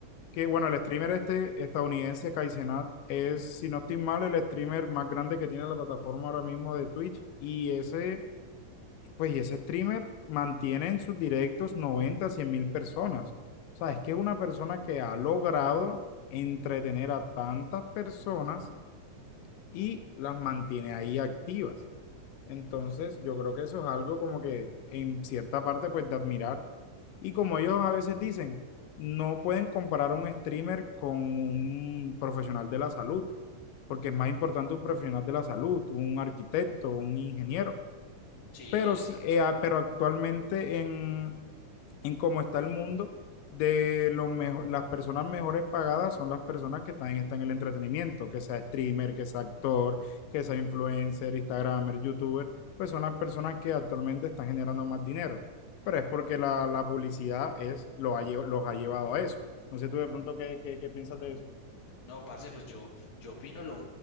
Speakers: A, on the left (about 90°); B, on the left (about 60°).
A: que, bueno, el streamer este estadounidense, Kaizenat, es, si no estoy mal, el streamer más grande que tiene la plataforma ahora mismo de Twitch. Y ese, pues, y ese streamer mantiene en sus directos noventa cien mil personas. O sea, es que es una persona que ha logrado entretener a tantas personas y las mantiene ahí activas. Entonces, yo creo que eso es algo como que en cierta parte, pues, de admirar. Y como ellos a veces dicen, no pueden comparar un streamer con un profesional de la salud, porque es más importante un profesional de la salud, un arquitecto, un ingeniero.
B: Sí,
A: Pero
B: exacto.
A: sí, eh, ah, pero actualmente en en cómo está el mundo, de los mejo- las personas mejores pagadas son las personas que están, están en el entretenimiento, que sea streamer, que sea actor, que sea influencer, instagramer, youtuber, pues son las personas que actualmente están generando más dinero. Pero es porque la, la publicidad es, lo ha lle- los ha llevado a eso. No sé tú de pronto qué, qué, qué piensas de eso.
B: No, parce, pues yo, yo opino, lo,